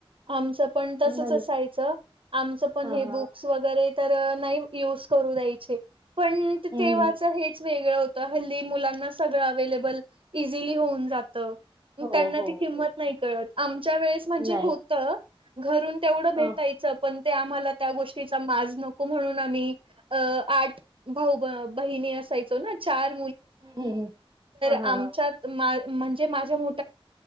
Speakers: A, on the right; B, on the right.
A: आमच पण तसच
B: म्हण
A: असायच आमच पण
B: हा
A: हे
B: हा
A: बुक्स वगरे तर नाही यूज करू द्याय पण तेव्हाच
B: हम्म
A: हेच वेगळं होत हल्दी मुलांना सगळं अवे्लेबल इझिली होऊन जातं
B: हो
A: त्यांना
B: हो
A: ती किंमत
B: हो
A: नाही कळत आमच्या वेळेस म्हणजे
B: नाही
A: होत घरून तेवढं भेटायचं
B: हा
A: पण आम्हाला त्या गोष्टीचा माज नको म्हणून आम्ही आठ भाऊ बहिणी अस असायचं ना चार
B: हम्म हम्म हा
A: आण
B: हा हा
A: मा का मु